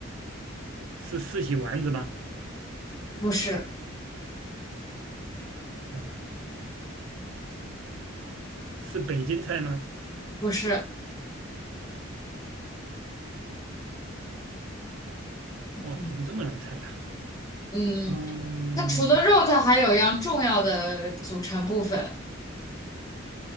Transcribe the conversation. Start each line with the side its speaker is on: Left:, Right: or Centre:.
Right: 是四喜丸子吗？
Left: 不是
Right: 哇，是北京菜吗？
Left: 不是，
Right: 哇，
Left: 嗯
Right: 怎么这么难猜呀、
Left: 嗯，
Right: 嗯
Left: 它除了肉，它还有一样重要的组成部分，